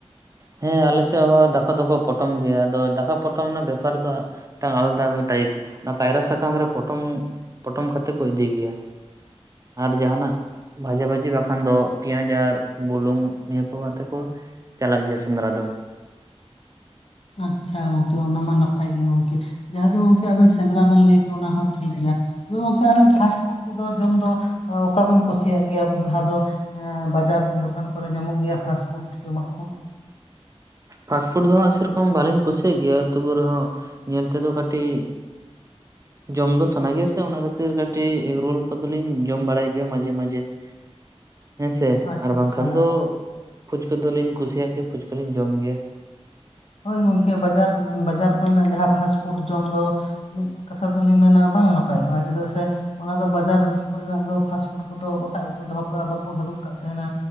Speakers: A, on the right (about 30°); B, on the left (about 65°).
A: ᱦᱮᱸ ᱟᱞᱮ ᱥᱮᱫ ᱦᱚᱸ ᱫᱟᱠᱟ ᱫᱚᱠᱚ ᱯᱚᱴᱚᱢ ᱜᱮᱭᱟ ᱟᱫᱚ ᱫᱟᱠᱟ ᱯᱚᱴᱚᱢ ᱨᱮᱱᱟᱜ ᱵᱮᱯᱟᱨ ᱫᱚ ᱢᱤᱫ ᱴᱟᱝ ᱟᱞᱟᱫᱟ ᱴᱟᱭᱤᱯ ᱚᱱᱟ ᱠᱟᱭᱨᱟ ᱥᱟᱠᱟᱢ ᱨᱮ ᱯᱚᱴᱚᱢ ᱯᱚᱴᱚᱢ ᱠᱟᱛᱮ ᱠᱚ ᱤᱫᱤ ᱜᱮᱭᱟ ᱟᱨ ᱡᱟᱦᱟᱱᱟᱜ ᱵᱷᱟᱡᱟ ᱵᱷᱟᱹᱡᱤ ᱵᱟᱠᱷᱟᱱ ᱫᱚ ᱯᱮᱸᱭᱟᱡ ᱟᱨ ᱵᱩᱞᱩᱝ ᱱᱤᱭᱟᱹ ᱠᱚ ᱠᱟᱛᱮ ᱠᱚ ᱪᱟᱞᱟᱜ ᱜᱮᱭᱟ ᱥᱮ ᱥᱮᱸᱫᱽᱨᱟ ᱫᱚ
B: ᱟᱪᱪᱷᱟ ᱜᱚᱝᱠᱮ ᱚᱱᱟ ᱢᱟ ᱱᱟᱯᱟᱭ ᱜᱮ ᱜᱚᱝᱠᱮ ᱡᱟᱦᱟᱸ ᱫᱚ ᱜᱚᱝᱠᱮ ᱟᱵᱮᱱ ᱥᱮᱸᱫᱽᱨᱟ ᱵᱮᱱ ᱞᱟᱹᱭ ᱠᱮᱣᱟ ᱚᱱᱟ ᱦᱚᱸ ᱴᱷᱤᱠ ᱜᱮᱭᱟ ᱛᱚ ᱜᱚᱝᱠᱮ ᱟᱵᱮᱱ ᱯᱷᱟᱥᱴᱯᱷᱩᱰ ᱠᱚᱫᱚ ᱡᱚᱢ ᱫᱚ ᱚᱠᱟᱵᱮᱱ ᱠᱩᱥᱤᱭᱟᱜ ᱜᱮᱭᱟ ᱡᱟᱦᱟᱸ ᱫᱚ ᱵᱟᱡᱟᱨ ᱫᱚᱠᱟᱱ ᱠᱚᱨᱮ ᱧᱟᱢᱚᱜ ᱜᱮᱭᱟ ᱯᱷᱟᱥᱯᱷᱩᱰ ᱡᱚᱢᱟᱜ ᱠᱚ
A: ᱯᱷᱟᱥᱴᱯᱷᱩᱰ ᱫᱚ ᱦᱟᱸᱜ ᱥᱮᱨᱚᱠᱚᱢ ᱵᱟ. ᱞᱤᱧ ᱠᱩᱥᱤᱭᱟᱜ ᱜᱮᱭᱟ ᱛᱚᱵᱩ ᱨᱮᱦᱚᱸ ᱧᱮᱞ ᱛᱮᱫᱚ ᱠᱟᱹᱴᱤᱡ ᱡᱚᱢ ᱫᱚ ᱥᱟᱱᱟ ᱜᱮᱭᱟ ᱥᱮ ᱚᱱᱟ ᱠᱷᱟᱹᱛᱤᱨ ᱠᱟᱹᱴᱤᱡ ᱮᱜᱽᱨᱳᱞ ᱠᱚᱫᱚᱞᱤᱧ ᱡᱚᱢ ᱵᱟᱲᱟᱭ ᱜᱮᱭᱟ ᱢᱟᱡᱷᱮ ᱢᱟᱡᱷᱮ <inaudible> ᱦᱮᱸᱥᱮ
B: ᱟᱪᱪᱷᱟ
A: ᱟᱨ ᱵᱟᱝᱠᱷᱟᱱ ᱫᱚ ᱯᱷᱩᱪᱠᱟᱹ ᱫᱚᱞᱤᱧ ᱠᱩᱥᱤᱭᱟᱜ ᱜᱮᱭᱟ ᱯᱷᱩᱪᱠᱟᱹᱫᱚᱞᱤᱧ ᱡᱚᱢ ᱜᱮᱭᱟ
B: ᱦᱳᱭ ᱜᱚᱝᱠᱮ ᱵᱟᱡᱟᱨ ᱵᱟᱡᱟᱨ ᱠᱚᱨᱮᱱᱟᱜ ᱡᱟᱦᱟᱸ ᱯᱷᱟᱥᱴᱯᱷᱩᱰ ᱡᱚᱢ ᱫᱚ ᱢᱤᱫ ᱠᱟᱛᱷᱟ ᱫᱚᱞᱤᱧ ᱢᱮᱱᱟ ᱵᱟᱝ ᱱᱟᱯᱟᱭᱚᱜ-ᱟ ᱪᱮᱫᱟᱜ ᱥᱮ ᱚᱱᱟ ᱫᱚ ᱵᱟᱡᱟᱨ ᱠᱚᱨᱮᱱᱟᱜ ᱫᱚ ᱯᱷᱟᱥᱴᱯᱷᱩᱰ ᱠᱚᱫᱚ ᱚᱴᱟᱜ ᱜᱮᱠᱚ ᱫᱚᱦᱚ ᱠᱟᱜᱼᱟ ᱵᱟᱠᱚ ᱦᱟᱹᱨᱩᱵ ᱠᱟᱜ ᱛᱟᱦᱮᱱᱟ